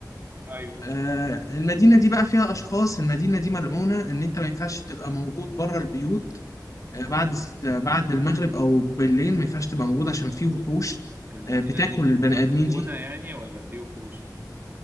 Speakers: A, on the right (about 30°); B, on the left (about 50°).
A: ايوه
B: آه المدينة دي بقى فيها أشخاص المدينة دي ملعونة إن أنت ما ينفعش تبقى موجود بره البيوت آه بعد الس- آه، بعد المغرب أو بالليل ما ينفعش تبقى موجود عشان في وحوش
A: المدينة
B: آه بتاكل
A: دي
B: البني
A: مسكونة
B: آدمين دي
A: يعني ولا في وحوش